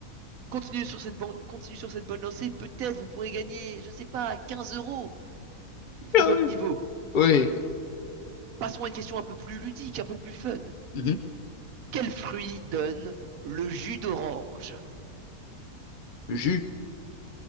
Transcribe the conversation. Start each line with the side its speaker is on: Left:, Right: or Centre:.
Right: Continuez sur cette bande, continuez sur cette bonne lancée. Peut-être vous pourrez gagner, je sais pas, 15 euros, vu
Left: Ah
Right: votre
Left: ouais,
Right: niveau.
Left: Oui.
Right: Passons à une question un peu plus ludique, un peu plus fun.
Left: Mhm.
Right: Quel fruit donne le jus d'orange?
Left: Le jus.